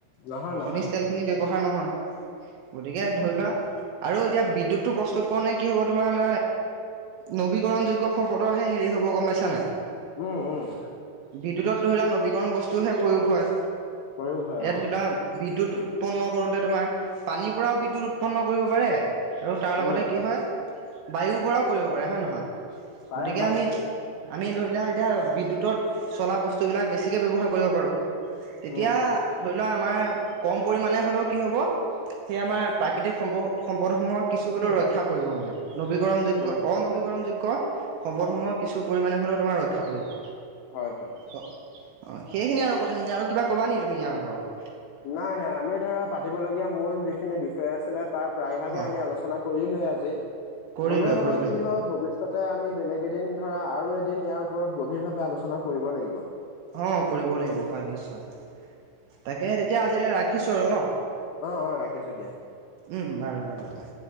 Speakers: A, on the left (about 80°); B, on the right (about 70°).
A: নহয় নহয়।
B: খনিজ তেল খিনি ব্যৱহাৰ নহয় গতিকে ধৰি লোৱা। আৰু এতিয়া বিদ্যুৎটো প্ৰস্তুত কৰণে কি হ'ব তোমাৰ। <inaudible> নবীকৰণ যোগ্য সম্পদৰহে হেৰি হ'ব গম পাইছা নাই।
A: উম উম।
B: বিদ্যুতত ধৰি লোৱা নৱীকৰণ বস্তুহে প্ৰয়োগ হয়
A: প্ৰয়োগ হয়
B: এয়া
A: অ',
B: ধৰি লোৱা। বিদ্যুৎ উৎপন্ন কৰোঁতে তোমাৰ পানীৰ পৰাও বিদ্যুৎ উৎপন্ন কৰিব পাৰে। আৰু তাৰ লগতে
A: উম,
B: কি হয় বায়ুৰ পৰাও কৰিব পাৰে হয় নহয়
A: পাৰে
B: গতিকে
A: পাৰে
B: আমি। আমি ধৰি লোৱা এতিয়া বিদ্যুতত চলা বস্তুবিলাক বেছিকে ব্যৱহাৰ কৰিব পাৰোঁ। তেতিয়া
A: উম।
B: ধৰি লোৱা আমাৰ। কম পৰিমণে হ'লেও কি হ'ব সেই আমাৰ প্ৰাকৃতিক সম্প সম্পদসমূহৰ কিছ। ছু হলেও ৰক্ষা পৰিব মানে নৱীকৰণযোগ্য।
A: কৰিব
B: নৱীকৰণ যোগ্য সম্পদসমূহ কিছু পৰিমাণে হলেও তোমাৰ ৰক্ষা পৰিব।
A: হয় হয়।
B: অ সেইখিনি আৰু কথাখিনি আৰু কিবা কবা নে তুমি ইয়াৰ ওপৰত।
A: নাই নাই আমি ধৰা পাতিবলগীয়া মূল যিখিনি বিষয় আছিলে তাৰ প্ৰায়ভাগে
B: অ
A: আমি আলোচনা। কৰিলোৱে আজি
B: কৰি
A: হলেও
B: লোৱা
A: মানে
B: কৰি লোৱা
A: কি হয় ভৱিষ্য। ততে আমি বেলেগ এদিন ধৰা আৰু এদিন ইয়াৰ ওপৰত গভীৰভাৱে আলোচনা কৰিব লাগিব।
B: অঁ কৰিব লাগিব হয় নিশ্চয়। তাকে তেতিয়া আজিলে ৰাখিছো আৰু ন।
A: অ', অ', ৰাখিছো দিয়া।
B: উম উম বাৰু বাৰু দিয়া।